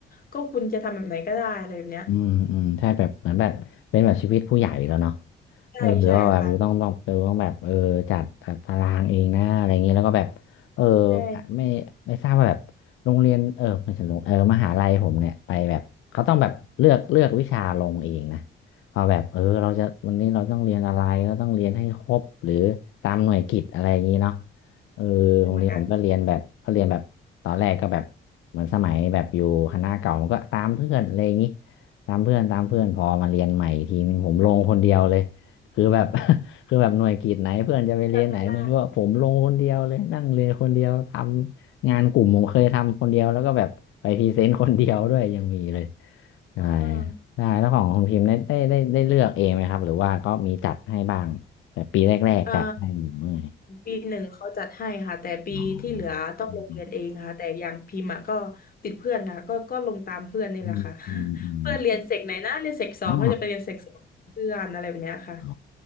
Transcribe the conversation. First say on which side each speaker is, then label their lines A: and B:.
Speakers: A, on the left (about 45°); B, on the left (about 80°).
A: ก็คุณจะทำแบบไหนก็ได้อะไรแบบเนี้ย
B: อืมอืมใช่แบบเหมือนแบบเป็นแบบชีวิตผู้ใหญ่แล้วเนาะ
A: ใช่ใช่ค่ะ
B: เออก็แบบอยู่ต้องต้องไปต้องแบบเออจัดแบบตารางเองนะอะไรอย่างเงี้ยแล้วก็แบบเออ
A: ใช่
B: ไม่ไม่ทราบว่าแบบโรงเรียนเออไม่ใช่โรงเออมหาลัยผมเนี่ยไปแบบเขาต้องแบบเลือกเลือกวิชาลงเองนะเอาแบบเออเราจะวันนี้เราต้องเรียนอะไรเราต้องเรียนให้ครบหรือตามหน่วยกิตอะไรอย่างงี้เนาะเออโรงเรียนผมก็เรียนแบบก็เรียนแบบตอนแรกก็แบบเหมือนสมัยแบบอยู่คณะเก่ามันก็ตามเพื่อนอะไรอย่างงี้
A: เป็นเหมือนกัน
B: ตามเพื่อนตามเพื่อนพอมาเรียนใหม่อีกทีหนึ่งผมลงคนเดียวเลย คือแบบ <laughs> คือแบบหน่วยกิจไหนเพื่อนจะไปเรียนไหนไม่รู้ว่าผมลงคนเดียวเลยนั่งเรียนคนเดียวทำงานกลุ่มผมเคยทำคนเดียวแล้วก็แบบไปพรีเซนต์คนเดียวด้วยยังมีเลย
A: จัดไม่ได้
B: ใช่
A: อ่า
B: ได้แล้วของคุณพิมพ์ได้ได้ได้ได้เลือกเองไหมครับหรือว่าก็มีจัดให้บ้างแบบปีแรกๆจัดให้หรือไม่
A: เอ่อปีหนึ่งเขาจัดให้ค่ะแต่ปีที่เหลือต้องลงเรียนเองค่ะแต่อย่างพิมพ์อะก็
B: อ๋ออืม
A: ติดเพื่อนค่ะก็ก็ลงตามเพื่อนนี่แหละค่ะ
B: อืมอืมอืม
A: <laughs> เพื่อนเรียนเสกไหนนะเรียนเสกสองก็จะไปเรียนเสกสองเพื่อนอะไรแบบเนี้ยค่ะ
B: อ๋ออ๋อ